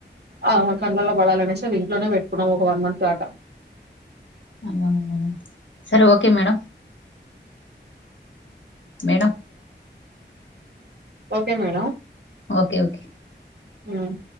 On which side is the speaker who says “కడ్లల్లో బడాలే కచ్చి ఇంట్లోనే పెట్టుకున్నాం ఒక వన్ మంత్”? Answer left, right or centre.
Right